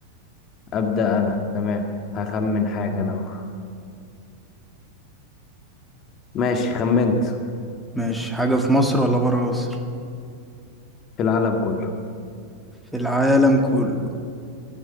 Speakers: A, on the left; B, in the centre.
A: ابدأ انا تمام هخمن حاجة انا اهو ماشي خمنت
B: ماشي حاجه في مصر ولا بره مصر
A: في العالم كله
B: في العالم كله